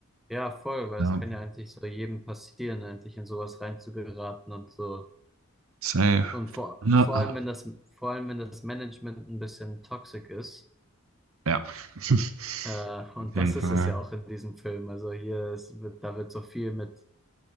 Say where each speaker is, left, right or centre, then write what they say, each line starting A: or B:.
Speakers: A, in the centre; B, on the right (about 80°).
A: ja, voll, weil
B: ja,
A: es kann ja eigentlich so jedem passieren, eigentlich in sowas reinzugeraten und so.
B: safe.
A: Und vor,
B: Ja,
A: vor allem, wenn das, vor allem, wenn das Management ein bisschen toxic ist,
B: ja. <laughs> auf
A: äh, und
B: jeden
A: das
B: Fall.
A: ist es ja auch in diesem Film. Also hier ist, wird, da wird so viel mit,